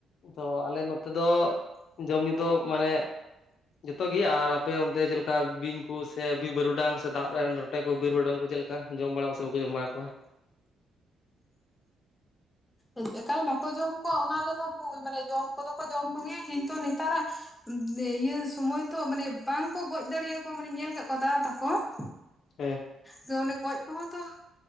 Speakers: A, on the left; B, on the left.
A: ᱛᱚ ᱟᱞᱮ ᱱᱚᱛᱮ ᱫᱚ ᱡᱚᱢ ᱧᱩ ᱫᱚ ᱢᱟᱱᱮ ᱡᱚᱛᱚ ᱜᱮ ᱟᱨ ᱟᱯᱮ ᱚᱱᱛᱮ ᱪᱮᱞᱠᱟ ᱵᱤᱧ ᱠᱩ ᱥᱮ ᱵᱤᱨ ᱵᱟᱹᱨᱩ ᱰᱟᱝ ᱥᱮ ᱫᱟᱜ ᱨᱮᱱ ᱨᱚ ᱴᱮ ᱠᱚ ᱵᱤᱨ ᱵᱟᱨᱩ ᱰᱟᱝ ᱠᱚ ᱪᱮᱞᱠᱟ ᱡᱚᱢ ᱵᱟᱲᱟ ᱠᱚ ᱥᱮ ᱵᱟᱠᱚ ᱡᱚᱢ ᱵᱟᱲᱟ ᱠᱳᱣᱟ?
B: ᱮ ᱮᱠᱟᱞ ᱵᱟᱠᱚ ᱡᱚᱢ ᱠᱚᱣᱟ ᱚᱱᱟ ᱞᱮᱭ ᱦᱚ ᱵᱷᱩᱞ ᱢᱟᱱᱮ ᱡᱚᱢ ᱠᱚ ᱫᱚ ᱠᱚ ᱡᱚᱢ ᱠᱚᱜᱮᱭᱟ ᱠᱤᱱᱛᱩ ᱱᱮᱛᱟᱨᱟᱜ ᱤᱭᱟ ᱥᱩᱢᱳᱭ ᱛᱚ ᱢᱟᱱᱮ ᱵᱟᱝ ᱠᱚ ᱜᱚᱡ ᱫᱟᱲᱮᱭᱟᱠᱚ ᱢᱟᱱᱮ ᱧᱮᱞ ᱠᱟᱜ ᱠᱚᱣᱟ ᱫᱟᱫᱟ ᱛᱟᱠᱚ ᱾
A: ᱯᱚᱝ
B: ᱥᱮ ᱚᱱᱮ ᱜᱚᱡ ᱠᱚ ᱦᱚᱸ ᱛᱚ